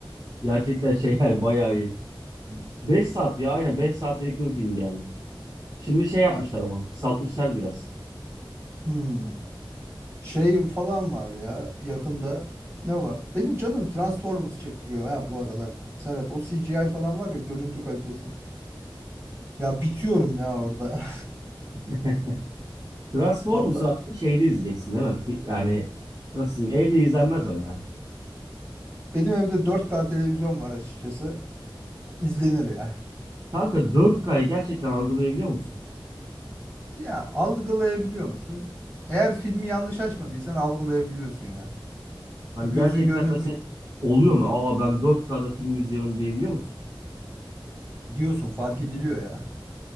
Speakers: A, on the right; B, on the right.
A: Gerçekten şey <laughs> yani bayağı iyi. beş saat ya aynen 5 saate yakın film yani. Şimdi şey yapmışlar
B: Ya,
A: ama kısaltmışlar biraz.
B: hmm. Şey falan var ya yakında ne var? Benim canım Transformers çektiriyor ya bu aralar. Serhat o CGI falan var ya görüntü kalitesi. Ya bitiyorum ya orada.
A: <laughs> Transformers'ı
B: <laughs> Valla
A: abi şeyde izleyeceksin değil mi? Fi- Yani nasıl diyeyim evde izlenmez o ya.
B: benim evde dört k televizyon var açıkçası. İzlenir ya.
A: Kanka dört kyı gerçekten algılayabiliyor musun?
B: Ya algılayabiliyor musun? Eğer filmi yanlış açmadıysan algılayabiliyorsun ya.
A: Hani
B: Bir gözün
A: gerçekten
B: gönlün
A: mesela
B: bir
A: oluyor mu? Aa ben dört kda film izliyorum diyebiliyor musun?
B: diyorsun fark ediliyor ya.